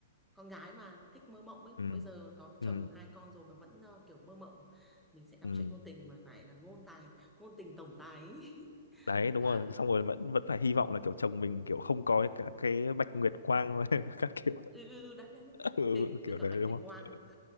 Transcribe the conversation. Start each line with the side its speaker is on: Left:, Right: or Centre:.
Centre: con gái mà thích mơ mộng ấy
Left: ừ
Centre: bây giờ có chồng
Left: ừ
Centre: hai con rồi mà vẫn ờ, kiểu mơ mộng mình sẽ đọc
Left: ừ.
Centre: truyện ngôn tình mà phải là ngôn tài ngôn tình tổng tài ấy. <laughs>
Left: đấy đúng
Centre: đấy
Left: rồi xong rồi vẫn vẫn phải hy vọng là kiểu chồng mình kiểu không có cả cái bạch nguyệt quang <laughs> các kiểu
Centre: ừ ừ ừ, đấy đấy đấy.
Left: ừ,
Centre: kinh cũng
Left: kiểu
Centre: biết cả
Left: đấy
Centre: Bạch Nguyệt
Left: đúng không
Centre: Quang